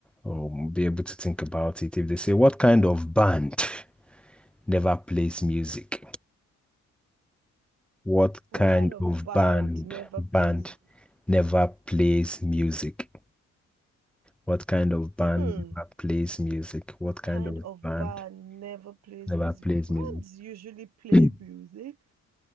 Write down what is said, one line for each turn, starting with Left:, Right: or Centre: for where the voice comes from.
Centre: um, be able to think about it. If they say what kind of band <laughs> never plays music? What
Right: What
Centre: kind
Right: kind of
Centre: of
Right: band
Centre: band
Right: never
Centre: band
Right: plays?
Centre: never plays music? What kind of band
Right: Hmm.
Centre: never plays music? What
Right: What
Centre: kind
Right: kind
Centre: of
Right: of
Centre: band
Right: band never plays
Centre: never
Right: music?
Centre: plays
Right: Bands
Centre: music?
Right: usually play
Centre: <clears throat>
Right: music.